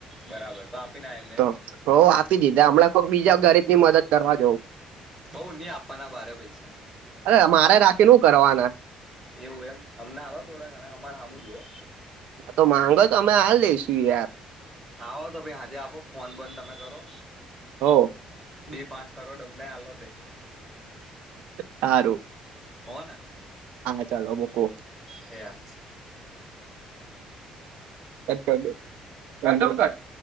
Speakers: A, in the centre; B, on the right.
A: બરાબર તો આપીને એમને
B: તો
A: એમ
B: હો આપી દીધા હમણાં કોક બીજા ગરીબની મદદ કરવા જવું
A: બઉ નહી આપવાના બારે પૈસા
B: અરે મારે રાખી હું કરવાના
A: એવું એમ અમને આલો થોડા ઘણા અમાર હામુ જોવો
B: હા માંગો અમે આલ દઈશું યાર.
A: આવો તો ભાઈ આજે આપો ફોન બંધ તમે કરો.
B: હોવ.
A: બે પાંચ કરોડ અમને આલોતે
B: હારુ.
A: <unintelligible>
B: હા ચાલો મૂકું.
A: એ હા.
B: કટ કર દે કર દવ કટ.